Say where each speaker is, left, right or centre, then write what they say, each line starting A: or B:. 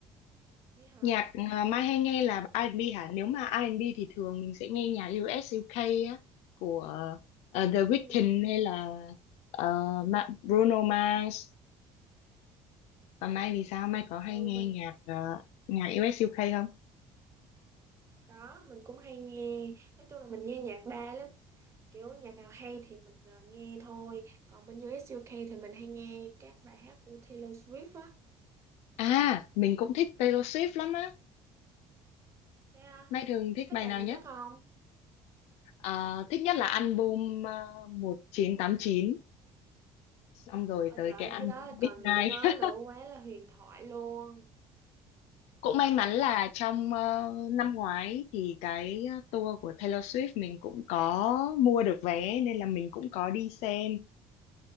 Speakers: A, on the right; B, on the left.
A: nghĩa hả
B: Nhạc à, Mai hay nghe là R&B hả? Nếu mà R&B thì thường mình sẽ nghe nhạc US UK á của ờ, The Weeknd
A: ừ.
B: hay là ờ, Ma- Bruno Mars. Còn Mai thì sao? Mai có hay
A: ừ
B: nghe
A: mình
B: nhạc ờ, nhạc US UK không?
A: Có, mình cũng hay nghe, nói chung là mình nghe nhạc đa lắm, kiểu nhạc nào hay thì mình ờ, nghe thôi. Còn bên U.S. u UK thì mình hay nghe các bài hát của Taylor Swift á.
B: À, mình cũng thích Taylor Swift lắm á.
A: Thế à,
B: Mai thường thích
A: thích
B: bài
A: bài
B: nào
A: nào
B: nhất?
A: nhất không?
B: Ờ, thích nhất là album ờ, 1989 xong rồi
A: Ôi
B: tới
A: trời, ơi,
B: cái album
A: cái đó còn
B: Midnight
A: gì để nói nữa, quá là huyền thoại luôn.
B: cũng may mắn là trong ờ, năm ngoái thì cái ờ, tour của Taylor Swift mình cũng có mua được vé nên là mình cũng có đi xem